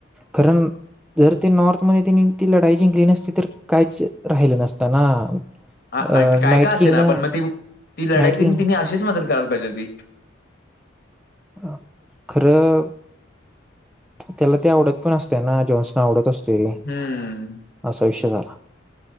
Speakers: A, in the centre; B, on the left.
A: कारण जर ते नॉर्थ मध्ये त्यांनी ती लढाई जिंकली नसती तर काहीच राहिलं नसत ना.
B: ह
A: अ
B: काय
A: नाईट
B: काय असे
A: किंग
B: ना
A: न
B: पण मग ती ती लढाय
A: नाईट किंग
B: त तिने अशीच मदत कर. करायला पाहिजे होती
A: अ खरं त्याला ती आवडत पण असत्या ना जॉन्सना आवडत असते
B: हम्म
A: असा विषय झाला.